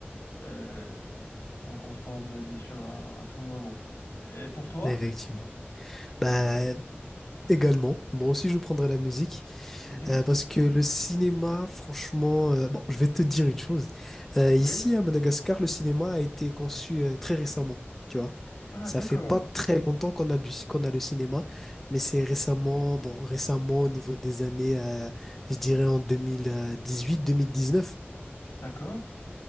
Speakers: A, on the left; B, in the centre.
A: euh, qu'on consomme bien sûr à, à tout moment. Et pour toi?
B: Effectivement. Bah, Également, moi aussi je prendrais la musique
A: Mhm.
B: euh, parce que le cinéma, franchement, euh, bon, je vais te dire une chose. Euh,
A: Oui.
B: ici à Madagascar, le cinéma a été conçu euh, très récemment, tu vois.
A: Ah,
B: Ça
A: d'accord,
B: fait pas très longtemps qu'on a du, qu'on a le cinéma, mais c'est récemment, bon, récemment au niveau des années, euh, je dirais en 2018-2019.
A: d'accord.